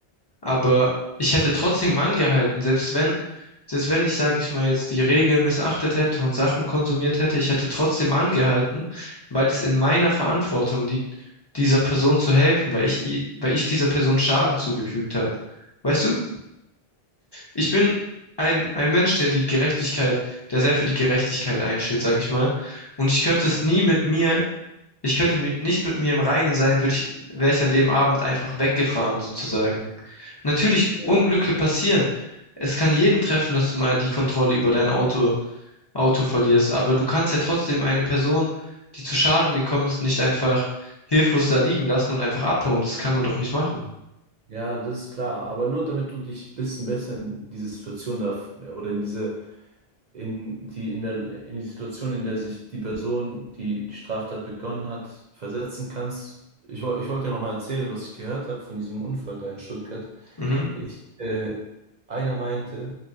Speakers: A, on the left (about 30°); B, on the right (about 50°).
A: Aber ich hätte trotzdem angehalten, selbst wenn, selbst wenn ich, sage ich mal, jetzt die Regeln missachtet hätte und Sachen konsumiert hätte, ich hätte trotzdem angehalten, weil es in meiner Verantwortung liegt, dieser Person zu helfen, weil ich, i- weil ich dieser Person Schaden zugefügt habe. Weißt du? ich bin ein, ein Mensch, der die Gerechtigkeit, der sehr für die Gerechtigkeit einsteht, sage ich mal. Und ich könnte es nie mit mir, ich könnte mi- nicht mit mir im Reinen sein, würde ich, wäre ich an dem Abend einfach weggefahren, sozusagen. Natürlich,
B: Ja.
A: Unglücke passieren. Es kann jeden treffen, dass du mal die Kontrolle über dein Auto, Auto verlierst, aber du kannst ja trotzdem eine Person, die zu Schaden gekommen ist, nicht einfach hilflos da liegen lassen und einfach abhauen. Das kann man doch nicht machen.
B: Ja, das ist klar. Aber nur damit du dich ein bisschen besser in diese Situation da oder in diese in die, in der, in die Situation, in der sich die Person, die die Straftat begonnen hat, versetzen kannst. Ich, woll- ich wollte ja nochmal erzählen, was ich gehört habe von diesem Unfall da in Stuttgart.
A: Mhm.
B: Ich, äh, einer meinte,